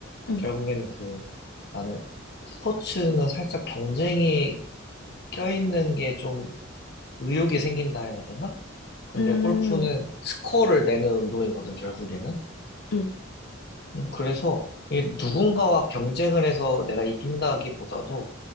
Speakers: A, on the left (about 75°); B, on the left (about 55°).
A: 응,
B: 결국에는 그 나는 스포츠는 살짝 경쟁이 껴있는 게 좀 의욕이 생긴다 해야 되나? 근데
A: 음,
B: 골프는 스코어를 내는 운동이거든, 결국에는.
A: 응,
B: 음, 그래서 이게 누군가와 경쟁을 해서 내가 이긴다기보다도